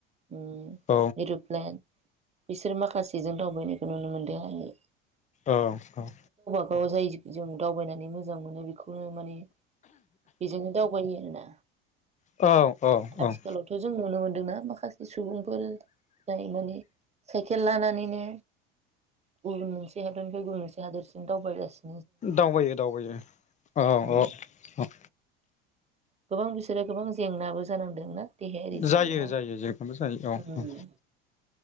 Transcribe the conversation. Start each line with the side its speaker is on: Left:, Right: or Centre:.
Right: उम
Left: औ
Right: एर'प्लेन बिसोर माखासेजों दावबायनायखौ नुनो मोनदों आङो।
Left: औ औ।
Right: अ जायजों जों दावबायनानै मोजां मोनो बेखौ <unintelligible> माने बेजोंनो दाव बयो आरोना।
Left: औ औ औ
Right: आथिखालावथ' जों नुनो मोनदोंना आ माखासे सुबुंफोर जाय माने साइकेल लानानैनो गुबुन मोनसे हादरनिफ्राय गुबुन मोनसे हादरसिम दावबायगासि
Left: दावबायो दावबायो अ' औ
Right: उम
Left: औ।
Right: गोबां बिसोरो गोबां जेंनाबो जानांदोंना? देहायारि जेंना
Left: जायो जायो जेंनाबो जायो औ
Right: उम
Left: औ